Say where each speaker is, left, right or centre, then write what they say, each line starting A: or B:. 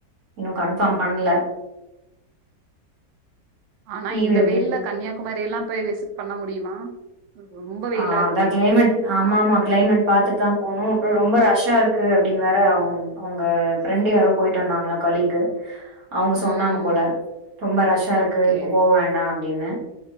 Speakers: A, on the right; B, on the right.
A: இன்னும் கன்ஃபார்ம் பண்ல
B: ஆனா
A: லீவ்
B: இந்த
A: எப்படின்னு
B: வெயில கன்னியாகுமாரிலா போய் விசிட் பண்ண முடியுமா ரொம்ப வெயிலா
A: ஆ
B: இருக்கே
A: அதா கிளைமேட் ஆமா ஆமா கிளைமேட் பாத்துட்டு தா போணும் அப்பற ரொம்ப ரஷா இருக்கு அப்டின்னு வேற அவங்க ஃப்ரெண்டு் யாரோ போயிட்டு வந்தாங்களா கோலீகு அவங்க சொன்னாங்க
B: ம்
A: போல ரொம்ப ரஷ்ஷா இருக்கு
B: ஓகே
A: இப்ப போ வேண்டாம் அப்டின்னு